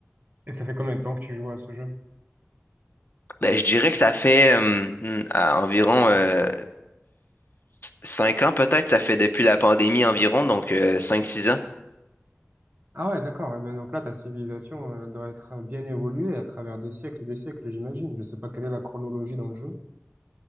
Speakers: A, on the right; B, on the left.
A: Et ça fait combien de temps que tu joues à ce jeu?
B: Ben, je dirais que ça fait euh, hmm, à environ euh, cinq ans peut-être, ça fait depuis la pandémie environ, donc euh, cinq six ans.
A: Ah ouais, d'accord. Eh bien, donc là, ta civilisation, euh, elle doit être bien évoluée à travers des siècles et des siècles, j'imagine. Je sais pas quelle est la chronologie dans le jeu.